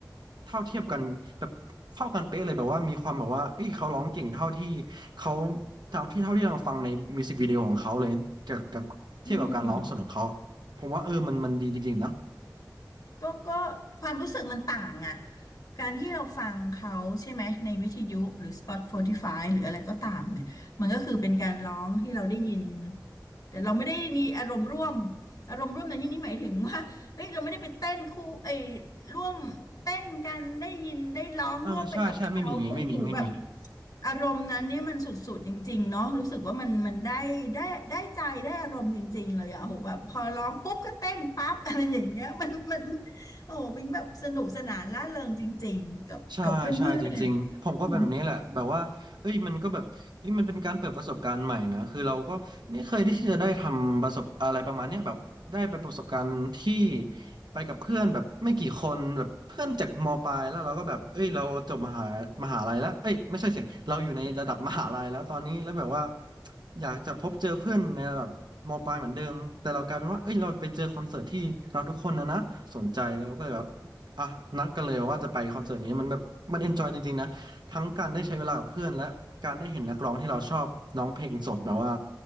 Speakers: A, on the right (about 80°); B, on the left (about 60°).
A: เท่าเทียบกันแบบเท่ากันเป๊ะเลยแบบว่ามีความแบบว่าเอ้ยเขาร้องเก่งเท่าที่เขาเท่าที่เท่าที่เราฟังในมิวสิกวิดีโอของเขาเลยจากกับเทียบกับการร้องสดของเขา
B: อืม
A: ผมว่าเออมันมันดีจริงๆนะ
B: ก็ก็ความรู้สึกมันต่างอ่ะการที่เราฟังเขาใช่ไหมในวิทยุหรือ Spotify หรืออะไรก็ตามเนี่ยมันก็คือเป็นการร้องที่เราได้ยินแต่เราไม่ได้มีอารมณ์ร่วมอารมณ์ร่วมในที่นี้หมายถึงว่าเฮ้ยเราไม่ได้ไปเต้นคู่ไอ้ยร่วมเต้นกันได้ยินได้ร้องร่วมไปกับเขาโอ้โหแบบ
A: เออใช่ใช่ไม่มีอย่างงี้ไม่มีไม่มี
B: อารมณ์นั้นเนี่ยมันสุดๆจริงๆเนาะรู้สึกว่ามันมันได้ได้ได้ใจได้อารมณ์จริงๆเลยอะโหแบบพอร้องปุ๊บก็เต้นปั๊บอะไรอย่างเงี้ยมันมัน โอ้ปิงแบบสนุกสนานร่าเริงจริงๆกับกับเพื่อน
A: ใช่ใช่จริงๆผมก็เป็นแบบนี้แหละแบบว่าเอ้ยมันก็แบบเอ้ยมันเป็นการเปิดประสบการณ์ใหม่นะคือเราก็ไม่เคยที่จะได้ทำประสบอะไรประมาณเนี้ยแบบได้ไปประสบการณ์ที่
B: ๆ <laughs>
A: ไปกับเพื่อนแบบไม่กี่คนแบบเพื่อนจากมปลายแล้วเราก็แบบเอ้ยเราจบมหามหาลัยแล้วเอ้ยไม่ใช่สิเราอยู่ในระดับมหาลัยแล้วตอนนี้แล้วแบบว่าอยากจะพบเจอเพื่อนในระดับมปลายเหมือนเดิมแต่เรากลายเป็นว่าเอ้ยเราไปเจอคอนเสิร์ตที่เราทุกคนนะนะสนใจแล้วเราก็เลยแบบ อ่ะนัดกันเลยว่าจะไปคอนเสิร์ตนี้มันแบบมันเอนจอยจริงๆนะทั้งการได้ใช้เวลากับเพื่อนและการได้เห็นนักร้องที่เราชอบร้องเพลงสดแบบว่า